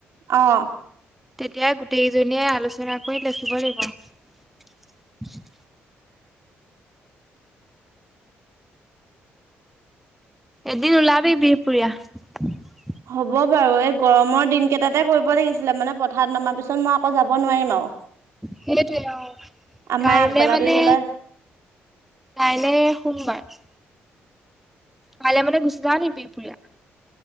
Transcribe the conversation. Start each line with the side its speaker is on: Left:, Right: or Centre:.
Right: অ'।
Centre: তেতিয়া গোটেইকেইজনীয়ে আলোচনা কৰি লিখিব লাগিব।
Right: <inaudible>
Centre: এদিন ওলাবি বিহপুৰীয়া।
Right: হ'ব বাৰু, এই গৰমৰ দিনকেইটাতে কৰিব লাগিছিলে। মানে পঠাত নমাৰ পিছত, মই আকৌ যাব নোৱাৰিম আৰু।
Centre: সেইটোৱে অ'।
Right: আমাৰ
Centre: কাইলে
Right: আগবেলা
Centre: মানে,
Right: দুইবেলা
Centre: কাইলে সোমবাৰ। কাইলে মানে গুচি যাওঁ নেকি বিহপুৰীয়া?